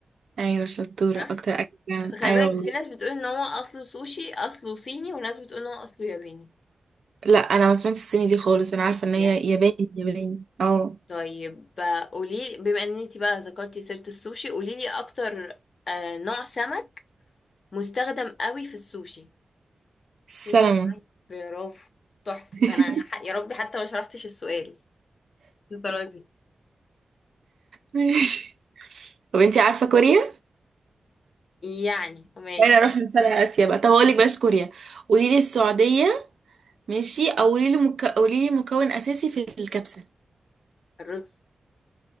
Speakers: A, on the right; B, on the left.
A: ايوه شطورة
B: صح
A: أكتر أكل فعلاً.
B: فخلي
A: أيوة
B: بالك في ناس بتقول ان هو اصله سوشي اصله صيني وناس بتقول ان هو اصله ياباني
A: لا انا ما سمعتش الصيني دي خالص انا عارفه ان
B: بجد
A: هي ياباني ياباني اه
B: طيب آه، قولي بما ان انتي بقى ذكرتي سيرة السوشي قولي لي اكتر آه، نوع سمك مستخدم قوي في السوشي
A: سلامة
B: في نوع معين برافو تحفة
A: <laughs>
B: ده انا ح- يا ربي حتى ما شرحتش السؤال الطريقة دي
A: ماشي طب انتي عارفه كوريا
B: يعني ماشي
A: بعدين اروح لشرق اسيا بقى طب اقول لك بلاش كوريا قولي لي السعوديه ماشي او قولي لي مك... قولي لي مكون اساسي في الكبسه
B: الرز